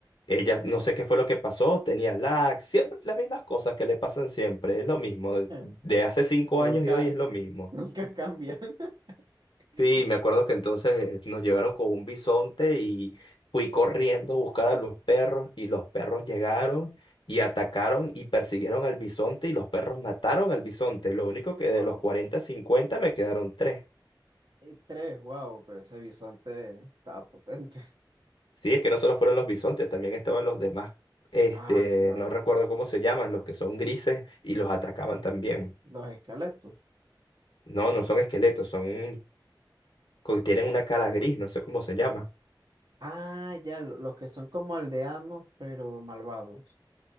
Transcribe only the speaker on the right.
<laughs>
Nunca,
nunca cambian. <laughs>
Wow.
Y tres, wow, pero ese bisonte estaba potente. <laughs>
Ah, claro.
Los esqueletos.
Ah, ya, lo- los que son como aldeanos, pero malvados.